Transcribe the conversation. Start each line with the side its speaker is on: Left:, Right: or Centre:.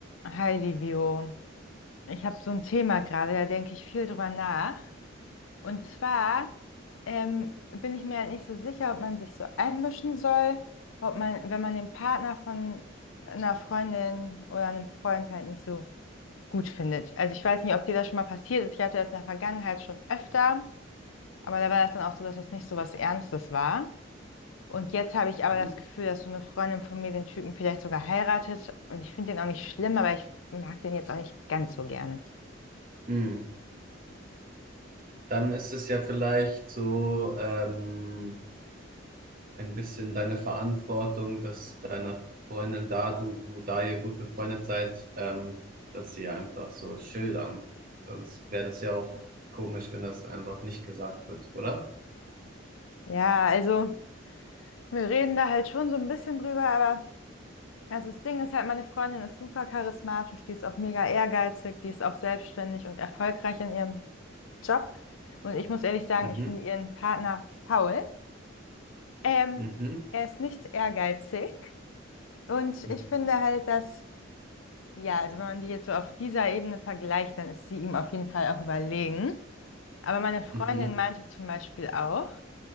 Left: Hi, Livio. Ich habe so ein Thema gerade, da denke ich viel drüber nach. Und zwar ähm, bin ich mir halt nicht so sicher, ob man sich so einmischen soll, ob man, wenn man den Partner von einer Freundin oder einem Freund halt nicht so gut findet. Also ich weiß nicht, ob dir das schon mal passiert ist. Ich hatte das in der Vergangenheit schon öfter, aber da war das dann auch so, dass das nicht so was Ernstes war. Und jetzt habe ich aber
Right: Hm?
Left: das Gefühl, dass so eine Freundin von mir den Typen vielleicht sogar heiratet. Und ich finde den auch nicht schlimm, aber ich mag den jetzt auch nicht ganz so gerne.
Right: Hm. Dann ist es ja vielleicht so ähm, ein bisschen deine Verantwortung, dass deiner Freundin da, du, da ihr gut befreundet seid, ähm, dass sie einfach so schildern. Sonst wäre das ja auch komisch, wenn das einfach nicht gesagt wird, oder?
Left: Ja, also wir reden da halt schon so ein bisschen drüber, aber also das Ding ist halt, meine Freundin ist super charismatisch, die ist auch mega ehrgeizig, die ist auch selbstständig und erfolgreich in ihrem Job. Und ich muss ehrlich sagen,
Right: Mhm,
Left: ich finde ihren Partner faul. Ähm,
Right: mhm,
Left: er ist nicht ehrgeizig und
Right: mhm,
Left: ich finde halt, dass, ja, also wenn man die jetzt so auf dieser Ebene vergleicht, dann ist sie ihm auf jeden Fall auch überlegen. Aber meine Freundin
Right: mhm,
Left: meinte zum Beispiel auch,